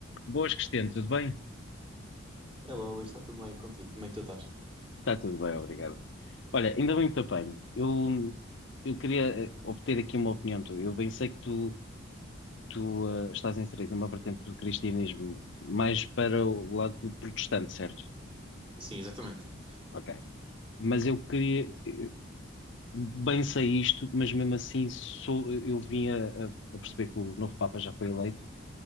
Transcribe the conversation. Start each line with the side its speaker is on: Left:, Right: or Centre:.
Left: Boas, Cristiano, tudo bem?
Right: Hello, Luís, está tudo bem contigo? Como é que tu estás?
Left: Está tudo bem, obrigado. Olha, ainda bem que te apanho. Eu, eu queria eh, obter aqui uma opinião tua. Eu bem sei que tu, tu eh, estás inserido numa vertente do cristianismo mais para o lado do protestante, certo?
Right: Sim, exatamente.
Left: Ok. Mas eu queria, eh, bem sei isto, mas mesmo assim sou, eu vim a, a- a perceber que o novo Papa já foi eleito